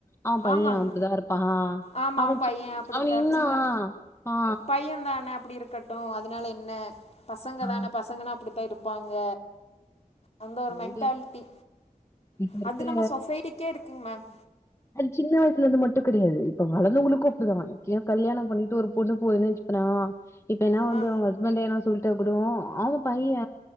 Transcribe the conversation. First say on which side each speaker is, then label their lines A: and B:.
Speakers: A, on the left; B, on the left.
A: அவ பைய
B: ஆமாங்
A: அப்டிதா இருப்பா
B: ஆமா
A: அவனுக்கு
B: அவ பைய அப்படித்தா
A: இன்னா
B: சின்ன
A: ஆ
B: பையந்தான அப்படி இருக் கட்டு அதனால என்ன பசங்க
A: ஆ
B: தான பசங்கன்னா அப்படித்தா இருப்பாங்க அந்த ஒரு மென்ட்டால்ட்டி
A: இது இப்ப இருக்கிற
B: அது நம்ம சொசைட்டிக்கே இருக்குங் மேம்
A: அது சின்ன வயசு இருந்து மட்டு கெடையாது இப்ப வளந்தவங்களுக்கு அப்படிதா இப்யூ கல்யாணோ பண்ணிட்டு ஒரு பொண்ணு போதுன்னு வச்சுக்கணு இப்ப என்னா வந்து
B: ஆ
A: அவங்க ஹஸ்பண்டு எதுனா சொல்ட்டே இருக்கட்டு அவ பைய